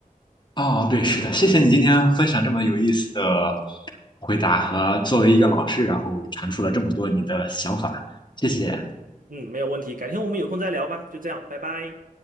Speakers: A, on the left (about 30°); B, on the right (about 65°).
A: 哦，对，是的，谢谢你今天分享这么有意思的回答和作为一个老师，然后阐述了这么多你的想法，谢谢。
B: 嗯，没有问题，改天我们有空再聊吧，就这样，拜拜。